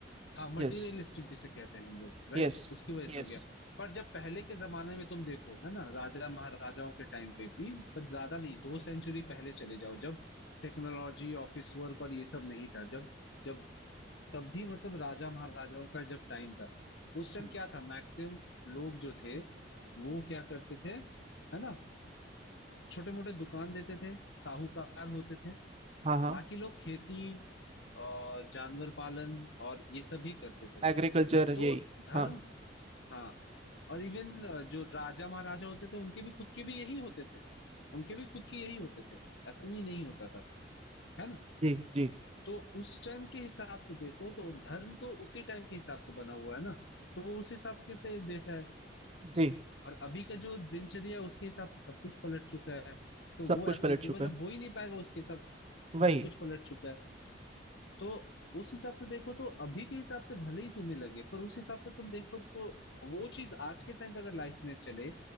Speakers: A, on the left (about 70°); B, on the right (about 30°).
A: हाँ मटेरियलिस्टिक
B: yes
A: जिसे कहते हैं हम लोग
B: yes
A: राइट उसकी वजह
B: yes
A: से हो गया पर जब पहले के जमाने में तुम देखो है ना राजा महाराजाओं के टाइम पे भी पर ज्यादा नहीं दो सेंचुरी पहले चले जाओ जब टेक्नोलॉजी ऑफिस वर्क और ये सब नहीं था जब जब तब भी मतलब राजा महाराजाओं का जब टाइम था उस टाइम
B: हम्म,
A: क्या था मैक्सिमम लोग जो थे वो क्या करते थे है ना छोटे मोटे दुकान देते थे साहूकार होते थे
B: हाँ हाँ
A: बाकी लोग खेती अ, जानवर पालन और ये सब ही करते थे
B: एग्रीकल्चर
A: तो
B: यही
A: धर्म
B: हाँ
A: हाँ और इवन जो राजा महाराजा होते थे उनके भी खुद के भी यही होते थे उनके भी खुद के यही होते थे ऐसा नहीं नहीं होता था है ना
B: जी जी
A: तो उस टाइम के हिसाब से देखो तो धर्म तो उसी टाइम के हिसाब से बना हुआ है ना तो वो उस हिसाब के से देता है
B: जी
A: और अभी का जो दिनचर्या है, उसके हिसाब से सब कुछ पलट चुका है तो
B: सब
A: वो
B: कुछ
A: एप्लीकेबल
B: पलट चुका है
A: अब हो ही नहीं पाएगा उसके हिसाब
B: वही
A: सब कुछ पलट चुका है तो उस हिसाब से देखो तो अभी के हिसाब से भले ही तुम्हें लगे पर उस हिसाब से तुम देखो तो वो चीज आज के टाइम पे अगर लाइफ में चले